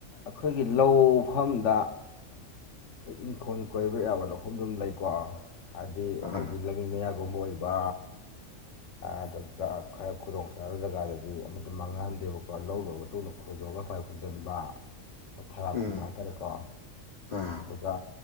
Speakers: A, on the left; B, on the left.
A: ꯑꯈꯣꯏꯒꯤ ꯂꯧꯐꯝꯗ꯫ ꯑꯈꯣꯏ ꯏꯪꯈꯣꯜ ꯀꯣꯏꯕ ꯌꯥꯕ ꯂꯧꯐꯝꯗꯨꯝ ꯂꯩꯀꯣ ꯍꯥꯏꯕꯗꯤ
B: ꯑꯥ
A: ꯑꯈꯣꯏꯒꯤ ꯂꯝꯕꯤ ꯃꯌꯥ꯫ ꯒꯨꯝꯕ ꯑꯣꯏꯕ ꯑꯗꯨꯒ ꯈꯔ ꯈꯨꯗꯣꯡ ꯆꯥꯗꯕ ꯖꯒꯥꯗꯗꯤ ꯑꯃꯠꯇ ꯃꯥꯡꯅꯍꯟꯗꯦꯕꯀꯣ ꯂꯧ ꯂꯣꯏꯔꯕ ꯃꯇꯨꯡꯗ꯫ ꯈꯣꯏꯗꯣꯛꯑꯒ ꯍꯥꯋꯥꯏ ꯍꯨꯟꯖꯤꯟꯕ꯫ ꯊꯔꯥꯛꯀꯨꯝꯕ
B: ꯎꯝ
A: ꯍꯥꯏꯇꯥꯔꯦꯀꯣ
B: ꯑꯥ
A: ꯑꯗꯨꯒ꯫